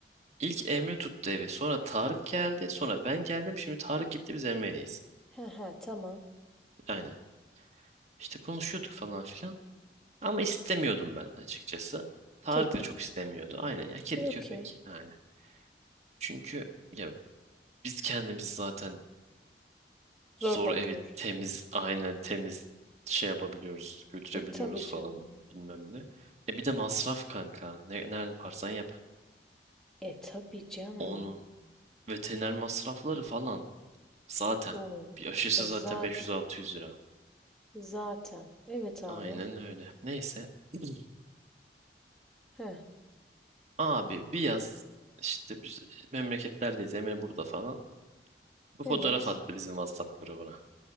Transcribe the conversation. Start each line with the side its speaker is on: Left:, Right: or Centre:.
Right: ilk Emre tuttu evi sonra Tarık geldi sonra ben geldim şimdi Tarık gitti biz Emre'yleyiz.
Centre: Hı hı tamam.
Right: Aynen. İşte konuşuyorduk falan filan. Ama istemiyordum ben açıkçası. Tarık
Centre: Kedi.
Right: da çok istemiyordu. Aynen ya kedi
Centre: E,
Right: köpek
Centre: okey.
Right: yani. Çünkü ya biz kendimiz zaten
Centre: Zor
Right: zor
Centre: bakıyoruz.
Right: evi temiz aynen temiz şey yapabiliyoruz, götürebiliyoruz
Centre: E tabi canım.
Right: falan bilmem ne. E bir de masraf kanka. Ne, nerede parsan yap.
Centre: E tabi canım.
Right: Onun veteriner masrafları falan zaten.
Centre: Oo.
Right: Bir aşısı
Centre: E
Right: zaten
Centre: zaten.
Right: 500-600 lira.
Centre: Zaten. Evet abi.
Right: Aynen öyle. Neyse. <clears throat>
Centre: Heh.
Right: Abi bir yaz işte biz memleketlerdeyiz. Emre burada falan. Bu
Centre: Evet.
Right: fotoğraf attı bizim WhatsApp grubuna.